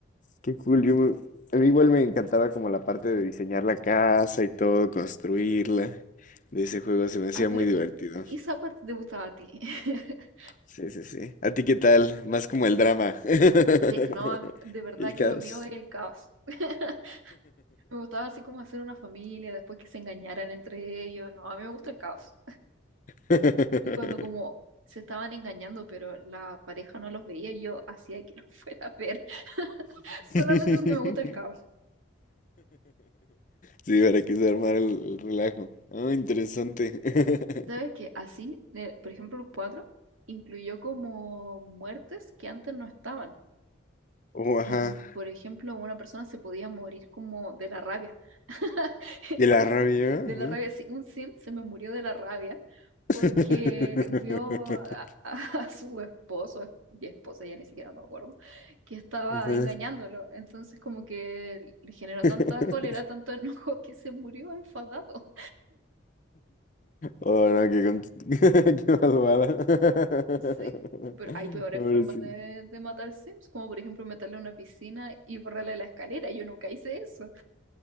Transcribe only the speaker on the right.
Ah, pero
esa parte te gustaba a ti. <laughs>
Sí, no, a- de verdad
que
lo mío es el caos. <laughs> Me gustaba así como hacer una familia, después que se engañaran entre ellos. No, a mí me gusta el caos.
Y cuando como se estaban engañando, pero la pareja no los veía, yo hacía que los <laughs> fuera a ver, solamente
porque me gusta el caos.
¿Sabes qué? Así, eh, por ejemplo, el 4 incluyó como muertes que antes no estaban.
y,
por ejemplo, una persona se podía morir como de la rabia. <laughs> Entonces,
de
la rabia, sí, un sim se me murió de la rabia porque
vio a, a- <laughs> a su esposo y esposa, ya ni siquiera me acuerdo, que estaba
engañándolo. Entonces, como que le generó
tanta cólera, tanto <laughs> enojo que se murió enfadado.
Sí,
pero hay peores
formas
de, de matar sims, como por ejemplo meterle a una piscina y borrarle la escalera. Yo nunca hice eso.